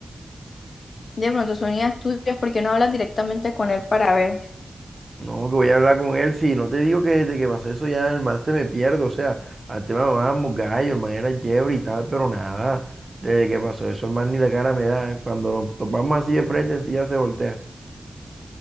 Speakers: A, on the left; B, on the right.
A: De pronto son ideas tuyas porque no hablas directamente con él para ver.
B: No, que voy a hablar con él. Si no te digo que desde que pasó eso ya el man se me pierde. O sea, antes me mamábamos gallo, el man era chévere y tal, pero nada. Desde que pasó eso, el man ni la cara me da. Cuando nos topamos así de frente, sí ya se voltea.